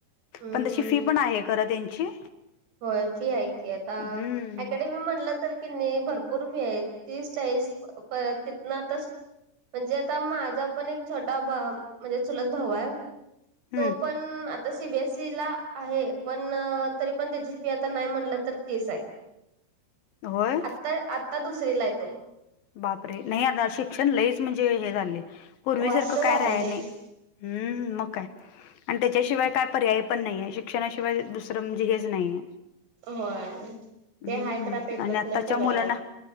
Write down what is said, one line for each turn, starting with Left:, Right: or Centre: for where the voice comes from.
Right: हम्म
Left: पण तशी फी पण आहे खरा त्यांची
Right: होय फी हाय कि आता
Left: हम्म
Right: अ ही <unintelligible> म्हटलं तर कनी भरपूर फी आहे तीस चाळीस परत तिथन तर म्हणजे आता माझा पण एक छोटा भा- म्हणजे चुलत भाऊ आहे तो
Left: हम्म
Right: पण आता सीबीएसई ला आहे पण तरी पण त्याची फी आता नाही म्हणल तर तीस आहे
Left: होय
Right: आता आ आता दुसरीला येतो
Left: बापरे नाही आता शिक्षण लईच म्हणजे हे झालय पूर्वीसारखं
Right: वास्त झालेलं
Left: काय राहाय नाही
Right: आहे
Left: हम्म मग काय आणि त्याच्याशिवाय काय पर्याय पण नाहीय शिक्षणाशिवाय दुसरं म्हणजे हेच नाहीय
Right: होय ते
Left: हम्म
Right: हाय तर आता इथन
Left: आणि आताच्या
Right: पुढे सगळं
Left: मुलांना
Right: आहे.